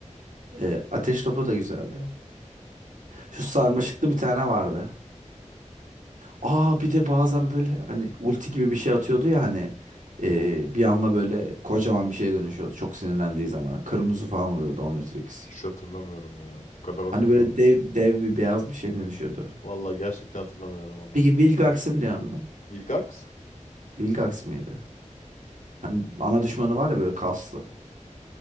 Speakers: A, on the right; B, on the left.
A: E, ateş topu da güzeldi. Şu sarmaşıklı bir tane vardı. Aa bir de bazen böyle hani ulti gibi bir şey atıyordu ya hani e, bir anda böyle kocaman bir şeye dönüşüyordu. Çok sinirlendiği zaman. Kırmızı falan oluyordu Omnitrix.
B: Hiç hatırlamıyorum ya. O kadar hatırlamıyorum.
A: Hani böyle dev, dev bir beyaz bir şey dönüşüyordu.
B: Vallahi gerçekten hatırlamıyorum onu.
A: Peki Vilgax'ı biliyor musun?
B: Bilgax.
A: Vilgax mıydı? Hani ana düşmanı var ya böyle kaslı.